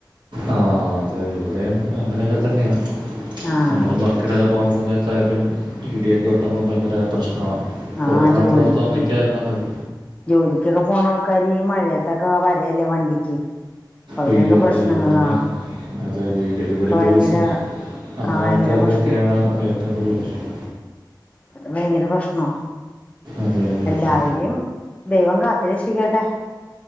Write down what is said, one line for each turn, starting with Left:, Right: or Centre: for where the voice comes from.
Right: ആഹ് അതെ അതെ ഇവിടെയും അങ്ങനെയൊക്കെ തന്നെയാ
Left: ആഹ്
Right: <unintelligible> ളും വർക്കിനൊക്കെ പോകുന്ന സമയത്തായാലും ട്ടി ട്യൊക്കെ വെട്ടുമ്പോ ഭയങ്കര പ്രശ്നമാ.
Left: ആഹ്
Right: ഓപ്പണായിട്ട്ള്ളെട്ത്തൊന്നും
Left: ജോലിക്ക്
Right: നിക്കായിര്ന്നാ മതി
Left: ജോലിക്കൊക്കെ പോണാൾക്കാര് ഈ മഴയത്തൊക്കെ വരല്ലേ വണ്ടിക്ക്. അവരൊക്കെ
Right: ഒയ്യോ
Left: പ്രശ്നങ്ങളാ
Right: അതെ യതെ തന്നെ അതെ യതെ ഈ ഡെലിവറി
Left: ഒക്കെ ഭയങ്കര
Right: ബോയ്സും അങ്ങനെ
Left: ആഹ് ഭയങ്കര
Right: ആൾക്കാർക്കൊക്കെണ്
Left: പ്രശ്നാ
Right: ഏറ്റവും കൂടുതൽ പ്രശ്നം
Left: അത് ഭയങ്കര പ്രശ്നാ
Right: അതെ അതെ
Left: എല്ലാവരേം
Right: അതെ
Left: ദൈവം കാത്ത് രക്ഷിക്കട്ടെ